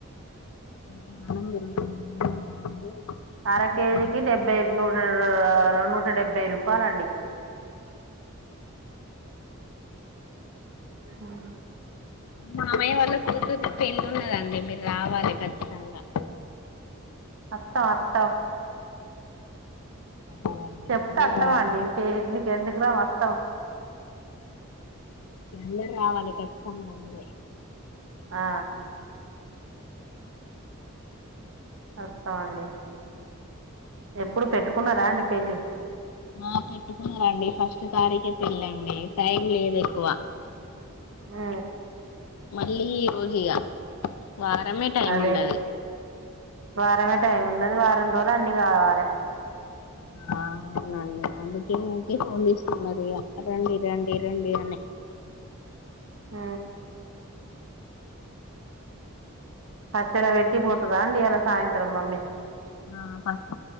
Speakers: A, on the left; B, on the right.
A: ప్రాణం పెరుగుతుంది తింటామండి
B: అర
A: చికెన్
B: కేజీకి డెబ్బై నూట ఆ నూట డెబ్బై రూపాయల అండి ఉ
A: మావయ్య వా కూతురిది పెళ్లి ఉన్నదండి రావాలే ఖచ్చితంగా
B: వత్తం వత్త
A: అవునండి
B: చెప్తే
A: అందరు
B: వస్తామండి
A: రావాలి
B: ఇంటికి ఎందుకు రా వతమ్
A: ఇగ రావాలి పెట్టుకొన్ మీరే
B: ఆ వస్తా అండి ఎప్పుడు పెట్టుకున్నారా అండి పెళ్ళి
A: ఆ పెట్టుకున్నారండి ఫస్ట్ తారీకె పెళ్ళండి టైం లేదు ఎక్కువ
B: ఆ
A: మళ్ళీ ఇగ వారమే టైమ్
B: అదే
A: ఉన్నది.
B: వారమే టైం ఉన్నది వారం రోజులు అన్ని కావాలే
A: ఆ అవునండి అందుకే ఊకే ఫోన్ చేస్తున్నారు. ఇగా రండి రండి రండి అని
B: ఆ పచ్చడ వేట్టిపోతదా అండి ఇయాలా సాయంత్రం మమ్మీ
A: ఆ ప